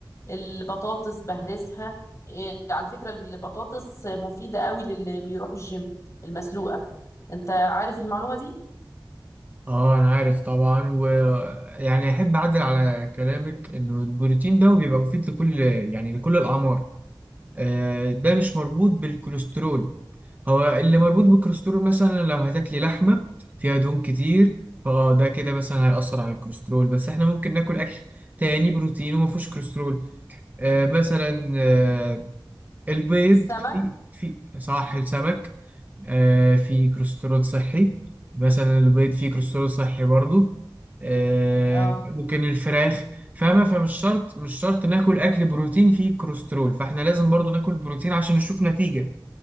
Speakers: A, on the left; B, on the right.
A: البطاطس بهرسها إيه، على فكرة البطاطس مفيدة قوي للي بيروح الجيم المسلوقة انت عارف المعلومة دي
B: اه انا عارف طبعا ويعني احب اعدل على كلامك انه البروتين ده بيبقى مفيد لكل يعني لكل الاعمار آه، ده مش مربوط بالكوليسترول هو اللي مربوط بالكوليسترول مثلا لو هتاكلي لحمة فيها دهون كتير فاه ده كده مثلا هيأثر على الكوليسترول بس احنا ممكن ناكل اكل تاني بروتين وما فيهوش كوليسترول آه مثلا آه، البيض
A: السمك
B: في في صح السمك آه في كوليسترول صحي مثلا البيض فيه كوليسترول صحي برضو آه
A: اه
B: ممكن الفراخ فاهمة فمش شرط مش شرط ناكل أكل بروتين فيه كوليسترول فاحنا لازم برضو ناكل بروتين عشان نشوف نتيجة